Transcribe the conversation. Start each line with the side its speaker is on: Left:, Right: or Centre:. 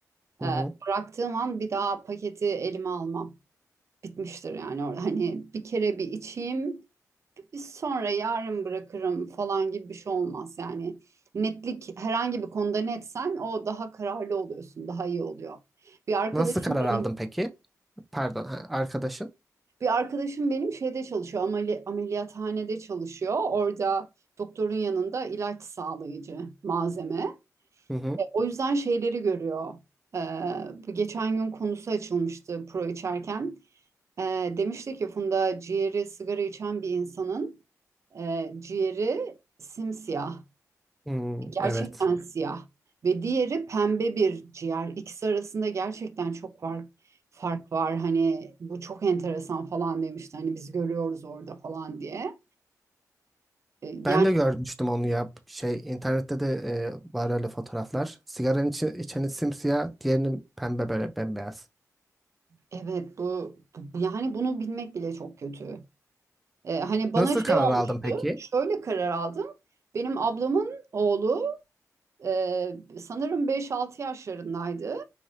Centre: Hı
Right: Ee,
Centre: hı.
Right: bıraktığım an bir daha paketi elime almam bitmiştir yani orada hani bir kere bir içeyim biz sonra yarın bırakırım falan gibi bir şey olmaz yani. Netlik herhangi bir konuda netsen o daha kararlı oluyorsun daha iyi oluyor. Bir arkadaşım
Centre: Nasıl karar
Right: benim
Centre: aldın peki? Pardon, ha, arkadaşın?
Right: Bir arkadaşım benim şeyde çalışıyor, ameli- ameliyathanede çalışıyor. Orada doktorun yanında ilaç sağlayıcı malzeme.
Centre: Hı hı.
Right: E, O yüzden şeyleri görüyor. Ee, bu geçen gün konusu açılmıştı pro içerken. Ee, demişti ki Funda ciğeri sigara içen bir insanın e, ciğeri simsiyah.
Centre: Hmm,
Right: Gerçekten
Centre: evet.
Right: siyah ve diğeri pembe bir ciğer. İkisi arasında gerçekten çok var fark var. Hani bu çok enteresan falan demişti. Hani biz görüyoruz orada falan diye. E,
Centre: Ben
Right: Yani
Centre: de görmüştüm onu ya. Şey internette de e, var öyle fotoğraflar. Sigaranın içi, içeni simsiyah, diğerinin pembe böyle bembeyaz.
Right: evet bu, bu- yani bunu bilmek bile çok kötü. E, hani bana
Centre: Nasıl
Right: şey
Centre: karar
Right: olmuştu.
Centre: aldın peki?
Right: Şöyle karar aldım. Benim ablamın oğlu e, sanırım beş altı yaşlarındaydı.